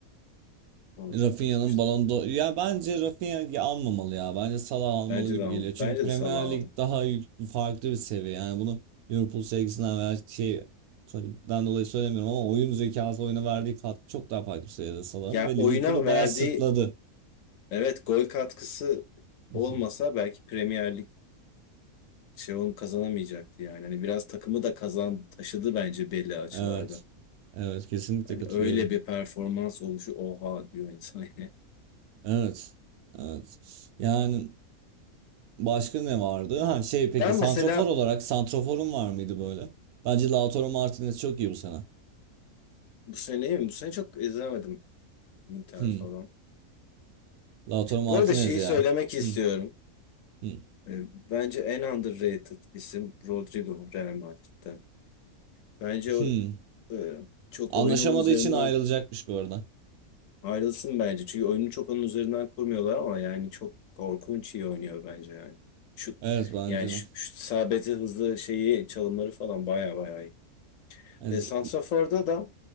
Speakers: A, on the left; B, on the right.
A: Ona
B: Rafinha'nın
A: da kasmışlar.
B: Ballon d'Or ya bence Rafinha'yı almamalı ya. Bence Salah almalı
A: Bence
B: gibi
A: de alın.
B: geliyor. Çünkü
A: Bence
B: Premier
A: de Salah
B: Lig
A: alın.
B: daha yük- farklı bir seviye. Yani bunu Liverpool sevgisinden veya şey takımdan dolayı söylemiyorum ama oyun zekası oyuna verdiği katkı çok daha farklı bir seviyede Salah'ın
A: Ya
B: ve
A: oyuna
B: Liverpool'u
A: verdiği
B: bayağı sırtladı.
A: evet gol katkısı
B: <laughs>
A: olmasa belki Premier Lig şey kazanamayacaktı yani. Hani biraz takımı da kazan taşıdı bence belli açılarda.
B: Evet. Evet kesinlikle
A: Hani
B: katılıyorum.
A: öyle bir performans oluşu oha diyor insan yani. <laughs>
B: Evet. Evet. Yani başka ne vardı? Ha şey peki
A: Ben
B: santrafor
A: mesela
B: olarak santraforun var mıydı böyle? Bence Lautaro Martinez çok iyi bu sene.
A: bu sene mi? Bu sene çok izlemedim Inter
B: Hmm.
A: falan.
B: Lautaro Martinez
A: Bu arada şeyi
B: ya.
A: söylemek istiyorum.
B: Hı, hı,
A: E, Bence en underrated isim Rodrigo Real Madrid'de. Bence o
B: hı.
A: e, çok
B: Anlaşamadığı
A: oyunu onun üzerinden
B: için ayrılacakmış bu arada.
A: Ayrılsın bence. Çünkü oyunu çok onun üzerinden kurmuyorlar ama yani çok korkunç iyi oynuyor bence yani. Şu
B: Evet bence
A: yani şu,
B: de.
A: şu sabeti hızlı şeyi çalımları falan baya baya iyi.
B: Evet.
A: E, Santrafor'da da